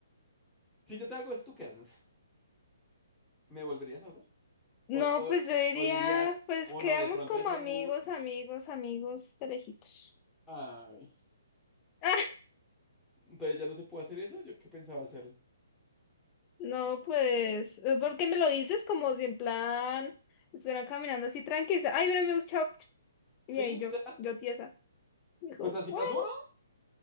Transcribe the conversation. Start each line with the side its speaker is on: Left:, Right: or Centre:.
Centre: Si yo te hago esto, ¿tú qué haces? ¿Me volverías a hablar?
Left: no,
Centre: O, o,
Left: pues yo diría,
Centre: o dirías,
Left: pues
Centre: o
Left: quedamos
Centre: no, de pronto
Left: como
Centre: ese
Left: amigos,
Centre: bus.
Left: amigos, amigos de lejitos.
Centre: Ay,
Left: <laughs> Ah,
Centre: entonces ya no se puede hacer eso. Yo qué pensaba hacerlo.
Left: no, pues, eh, porque me lo dices como si en plan estuvieran caminando así tranquilos, ay, mira, me chao. Y
Centre: Sí,
Left: ahí
Centre: literal.
Left: yo, yo tiesa. Dijo,
Centre: Pues así
Left: bueno,
Centre: pasó, ¿no?